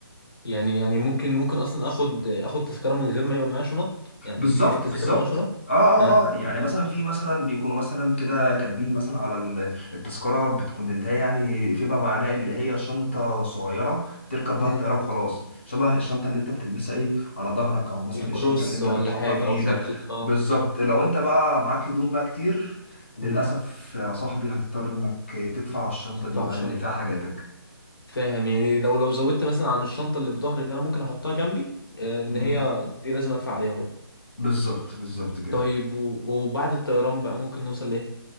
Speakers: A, on the left (about 60°); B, on the left (about 30°).
A: يعني يعني ممكن ممكن اصلا اخد اخد تذكره من غير ما يبقى معايا شنط يعني
B: بالظبط
A: في في تذاكر
B: بالظبط
A: من غير شنط
B: اه اه
A: ها
B: اه يعني مثلا في مثلا بيكونوا مثلا كده كاتبين مثلا على ال- التذكرة بتكون اللي هي يعني فيما معناه اللي هي شنطة صغيرة تركب بها
A: امم
B: الطيارة وخلاص شبه الشنطة اللي انت بتلبسها ايه على ظهرك او مثلا
A: الكروس
B: الشنطة اللي انت
A: ولا
B: بتحطها
A: حاجه
B: في ايدك
A: او شنطه اه
B: بالظبط لو انت بقى معاك هدوم بقى كتير للأسف
A: امم
B: يا صاحبي هتضطر انك تدفع الشنطة
A: ما ينفعش
B: دي بقى اللي فيها حاجاتك
A: فاهم يعني لو لو زودت مثلا عن الشنطه اللي في ظهري اللي انا ممكن احطها جنبي آه، ان
B: مم.
A: هي دي لازم ادفع عليها برضه
B: بالظبط بالظبط كده
A: طيب و... وبعد الطيران بقى ممكن نوصل لايه